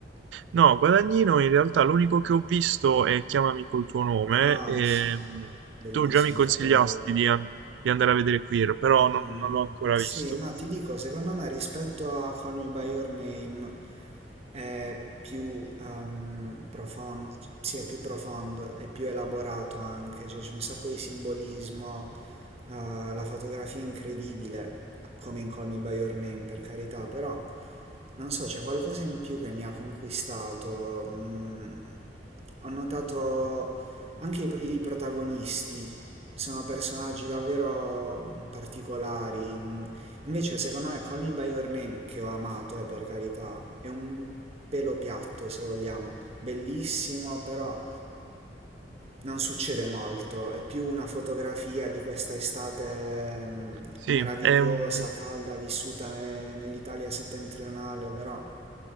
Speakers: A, on the right; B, on the right.
A: No, Guadagnino in realtà l'unico che ho visto è Chiamami col tuo nome.
B: Ah,
A: ehm,
B: sì, bellissimo,
A: tu già mi consigliasti
B: un capolavoro.
A: di, an- di andare a vedere Queer, però non,
B: Mm,
A: non l'ho ancora
B: Sì,
A: visto.
B: no, ti dico, secondo me rispetto a Call Me By Your Name è più profondo, sì, è più profondo, è più elaborato anche, cioè c'è un sacco di simbolismo, eh, la fotografia è incredibile, come in Call Me By Your Name, per carità, però... Non so, c'è qualcosa in più che mi ha conquistato. mm, ho notato anche i, i protagonisti sono personaggi davvero mm, particolari. mm. Invece, secondo me, Call Me By Your Name, che ho amato, eh, per carità, è un pelo piatto, se vogliamo, bellissimo, però non succede molto. È più una fotografia di questa estate mm,
A: Sì,
B: meravigliosa,
A: è un,
B: calda, vissuta ne- nell'Italia settentrionale, però.